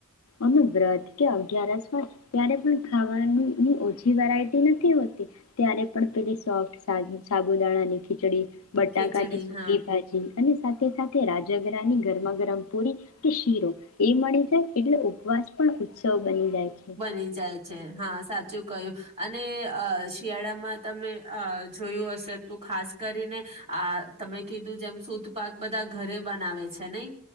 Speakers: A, on the left; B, on the right.
A: અને વ્રત કે અગિયારસ હોય ત્યારે પણ ખાવાની ની ઓછી વેરાયટી નથી હોતી. ત્યારે પણ પેલી સોફ્ટ સા-સાબુદાણાની ખીચડી બટાકાની
B: ખીચડી
A: સુકી
B: હા.
A: ભાજી અને સાથે સાથે રાજગરાની ગરમા ગરમ પુરી કે શીરો એ મળી જાય એટલે વાચપણ ઉત્સવ બની જાય છે
B: બની જાય છે હા સાચું કહ્યું અને અ શિયાળામાં તમે અ જોયું હશે તો ખાસ કરીને આ તમે કીધું જેમ સુતપાક બધાં ઘરે બનાવે છે નહી